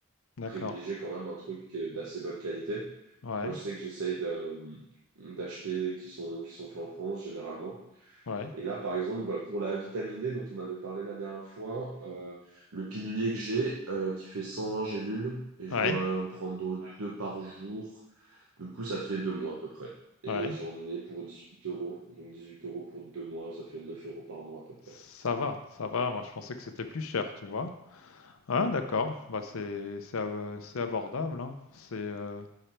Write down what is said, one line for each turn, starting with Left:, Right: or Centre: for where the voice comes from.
Left: D'accord.
Right: privilégier quand même un truc euh, d'assez bonne qualité.
Left: Ouais,
Right: Moi, je sais que j'essaye de, euh, d'acheter qui sont, qui sont faits en France généralement.
Left: ouais,
Right: Et là, par exemple, bah, pour la vitamine D dont on avait parlé la dernière fois, euh, le pilulier que j'ai euh, qui fait 120 gélules et je
Left: ouais,
Right: dois en prendre deux par jour. Du coup, ça fait deux mois à peu près. Et
Left: ouais.
Right: j'en ai pour 18 euros. Donc 18 euros pour deux mois, ça fait 9 euros par mois à peu près.
Left: Ça va, ça va. Moi, je pensais que c'était plus cher, tu vois. Ah, d'accord. Bah, c'est c'est ab- c'est abordable, hein. C'est euh,